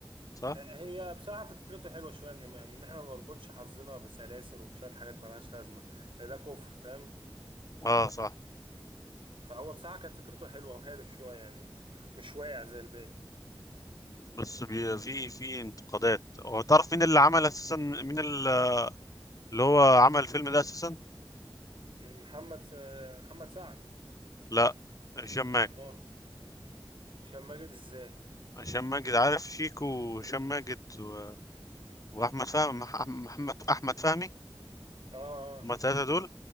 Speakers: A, on the left (about 40°); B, on the right (about 80°).
A: صح
B: هي بصراحة فكرته حلوة شوية إن ما- إن إحنا ما نربطش حظنا بسلاسل وبشوية حاجات ملهاش لازمة ده كفر فاهم
A: اه صح
B: فهو بصراحة كانت فكرته حلوة وهادف شوية يعني مش مش واقع زي الباقي
A: بس بي في في انتقادات هو تعرف مين اللي عمل اساسا مين ال- اللي هو عمل الفيلم ده اساسا
B: محمد س- محمد سعد
A: لا هشام ماجد
B: أمال هشام ماجد إزاي
A: هشام ماجد عارف شيكو وهشام ماجد و... واحمد فهمي مح- محمد احمد فهمي
B: آه آه
A: هما الثلاثه دول